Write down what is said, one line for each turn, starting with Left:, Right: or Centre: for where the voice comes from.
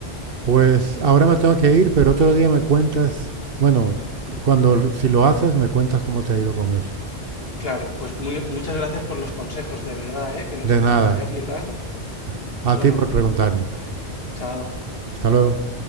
Right: Pues ahora me tengo que ir, pero otro día me cuentas, bueno, cu- cuando l- si lo haces, me cuentas cómo te ha ido con eso.
Left: Claro, pues muy- muchas gracias por los consejos, de verdad, ¿eh? Que los
Right: De
Left: intentaré
Right: nada.
Left: aplicar.
Right: A
Left: Bueno.
Right: a ti por preguntarme.
Left: Chao.
Right: Hasta luego.